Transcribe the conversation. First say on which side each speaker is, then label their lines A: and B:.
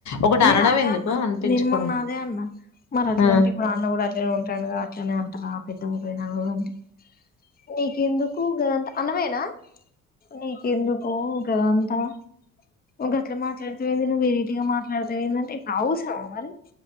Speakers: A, on the left; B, on the left.
A: ఒకటి
B: నేను
A: అనడం
B: అదే
A: ఎందుకు
B: అన్న
A: అనిపించుకోవడం
B: నేను మొన్న అదే అన్న మరి అట్లా
A: ఆ!
B: అంటే ఇప్పుడు అన్న కూడా అట్లేనే ఉంటుండు కా ఎట్లనే అంటారా పెద్దమ్మ పోయిన కూడా అంటే నీకెందుకు గదంతా అన్నమయ్య నా నీకెందుకు గాదంతా నువ్వు గాట్లా మాట్లాడతావ్ ఏంది నువ్ వెరైటీగా మాట్ల మాట్లాడతావ్ ఏంది అంటే అవసరం ఆహా మరి